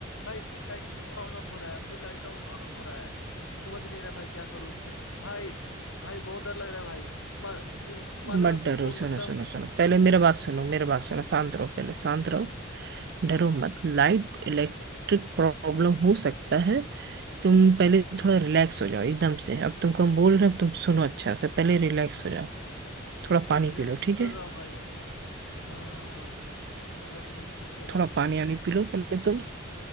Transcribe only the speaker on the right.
मत
डरो
सुनो सुनो सुनो पहले मेरा बात सुनो मेरा बात सुनो शांत रहो पहले शांत रहो डरो मत लाइट इलेक्ट्रिक प्रॉब्लम हो सकता है तुम पहले थोड़ा रिलैक्स हो जाओ एकदम से अब तुमको हम बोल रहे हैं अब तुम सुनो अच्छा से पहले रिलैक्स हो जाओ
थोड़ा पानी
पी
लो
ठीक
है
थोड़ा
पानी आनी पी लो पहले तुम